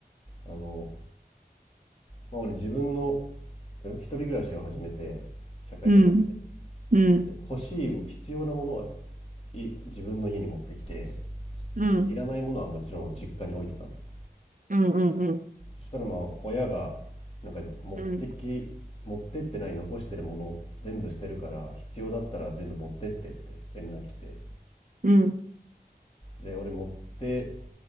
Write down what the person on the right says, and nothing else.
うん。うん。
うん。
うん。うん。うん。
うん。うん